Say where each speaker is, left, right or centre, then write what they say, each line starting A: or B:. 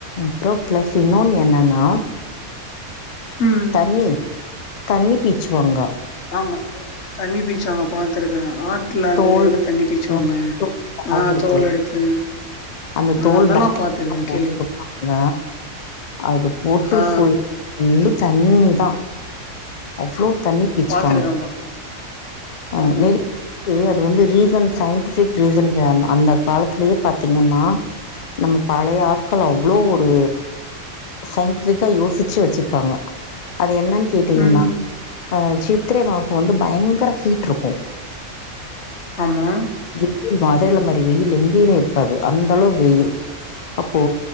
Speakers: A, on the left; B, on the left.
A: அப்றோ பிளஸ் இன்னோனு என்னனா
B: ம்.
A: தண்ணி தண்ணி பீச்சுவாங்க
B: ஆமா. தண்ணி பீ்ச்சுவாங்க பாத்திருக்கே ஆட்ல அந்த
A: தோல்
B: இதுலந்து தண்ணி பீச்சுவாங்க
A: அ தோல் பேக்
B: ஆ
A: இருக்குல்ல,
B: தோல் எடுத்து
A: அந்த
B: ஆ
A: தோல்
B: அதெல்லாம்
A: பேக்
B: பாத்துருக்கேன்
A: எல்லா போட்டுருப்பாங்க
B: கேள்வி
A: அது போட்டு
B: ஆ
A: ஃபுல் இழு தண்ணிதா அவ்ளோ தண்ணி பீச்சுவாங்க
B: பாத்துருக்கேன்ப்பா.
A: ஆ
B: ஆமா.
A: நி <inaudible> இது வந்து ரீசன் சயின்டிபிக் ரீசன் தெரியாது அந்த காலத்திலயே பாத்தீங்கன்னா நம்ம பழைய ஆட்கள் அவ்ளோ ஒரு சயின்டிஃபிக்கா யோசிச்சு வெச்சிருக்காங்க அ என்னனு கேட்டீங்கன்னா
B: ம், ம்.
A: சித்திரை மாசோ வந்து பயங்கர ஹீ ட்டுருக்கு
B: ஆமா
A: வெயில் மதுரைல மாரி வெயில் எங்கியுமே இருக்காது அந்த அளவு வெயில் போ